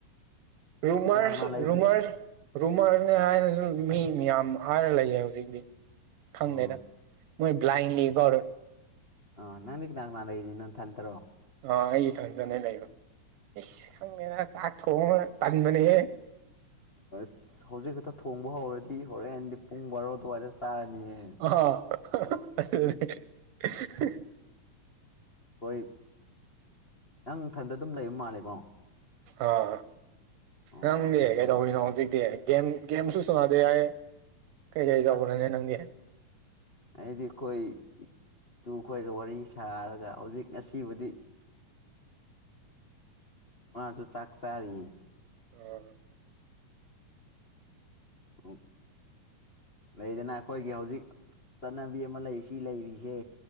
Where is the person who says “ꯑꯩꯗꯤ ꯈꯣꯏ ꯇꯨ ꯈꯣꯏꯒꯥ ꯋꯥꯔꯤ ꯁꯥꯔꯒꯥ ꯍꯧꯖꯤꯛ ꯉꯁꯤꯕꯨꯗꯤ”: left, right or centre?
Left